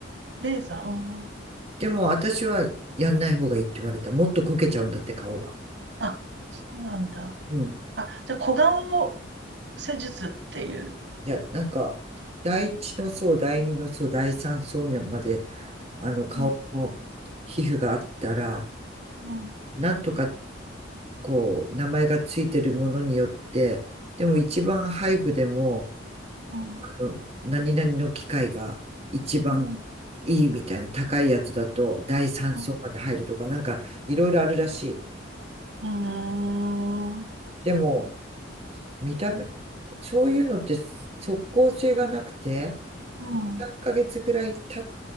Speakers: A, on the right (about 65°); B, on the right (about 35°).
A: レーザー。うん。
B: でも私はやんない方がいいって言われた。もっとこけちゃうんだって顔が。
A: あ、そうなんだ。
B: うん。
A: あ、じゃあ、小顔施術っていう。
B: いや、なんか、第一の層、第二の層、第三層まで、あの、顔の
A: うん、
B: 皮膚があったら、
A: うん、
B: なんとか、こう、名前がついてるものによって、でも一番配布でも、
A: うん、
B: あの、何々の機械が一番
A: うん、
B: いいみたいな高いやつだと、第三層まで入るとか、
A: うん、
B: なんか、いろいろあるらしい。
A: うん、うん、
B: でも、見た目、そういうのって即効性がなくて、
A: うん、
B: 3ヶ月ぐらい経っ